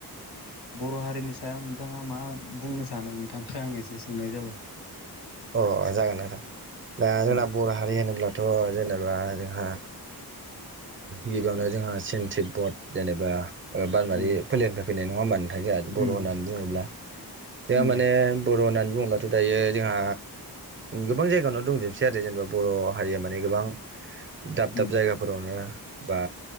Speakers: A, on the left; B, on the right.
A: बर' हारिनि सायाव नोंथाङा मा बुंनो सानो नोंथांखौ आं एसे सोंनाय जाबाय
B: अ जागोन नोंथां दा जोंना
A: उम
B: बर' हारि होनोब्लाथ' जेनेबा जोंहा गिबियावनो जोंहा चिनतिबबत जेनेबा बारमारि
A: उम
B: फोलेरनिफ्राय फैनाय नङा होबा नोंथां जोंहा बर'
A: उम
B: होननानै बुङोब्ला जोंहा
A: उम
B: माने बर' होननानै बुङोब्ला थ दायो जोंहा गोबां जायगायावनो दंजोबसै आरो जेनेबा बर' हारिया माने गोबां दाब
A: उम
B: दाब जायगाफोरावनो बा